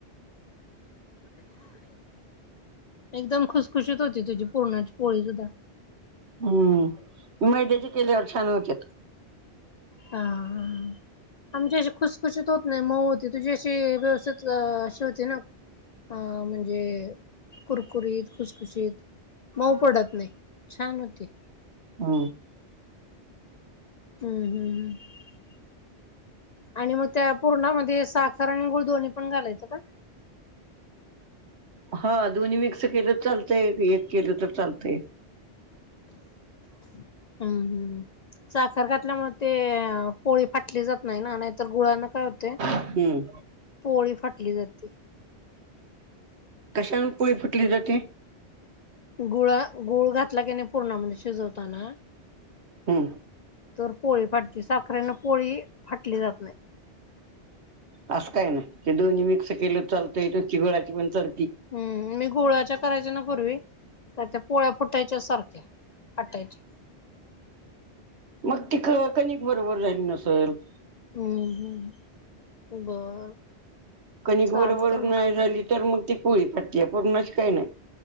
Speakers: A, on the right (about 75°); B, on the left (about 55°).
A: काही आवाज येत नाही सर
B: एकदम खुशखुशीत होती तुझी पूर्णाची पोळी सुद्धा
A: हम्म मैद्याचे केल्यावर छान होते
B: हा हा आमची अशी खुसखुशीत होत नाही मऊ होती तुझी अशी व्यवस्थित अशी होती ना. अं म्हणजे कुरकुरीत खुसखुशीत. मऊ पडत नाही छान होती.
A: ह
B: हम्म हम्म हम् आणि मग त्या पूर्णामध्ये साखर आणि गुळ दोन्ही पण घालायचं का
A: हा दोन्ही मिक्स केलं तर चालतंय एक केलं तर चालतंय
B: हम्म हम् साखर घातल्यामुळे ते पोळी फाटली जाते नाही ना नाहीतर गुळान काय होते
A: हम्म
B: पोळी फाटली जाते
A: कशन पुळी फुटली जाते
B: गुळा गुळ घातला की नाही पूर्ण म्हणजे शिजवताना
A: हम्म.
B: तर पोळी फाटली साखरेने पोळी फाटली जात नाही
A: असं काय ना ते दोन्ही मिक्स केलं चालतं इथ चिगळाची पण चल
B: हम् मी गोळा्याच्या करायच्या न पूर्वी तर त्या पोळ्या फुटायच्या सारख्या हटायच्या.
A: मग ति ख कनिक बरोबर झाली नसेल
B: हम ह बर
A: कणिक
B: चालते
A: बरोबर
B: मग
A: नाही झाली तर मग ती पोळी पटते आहे पूर्णच काही नाही.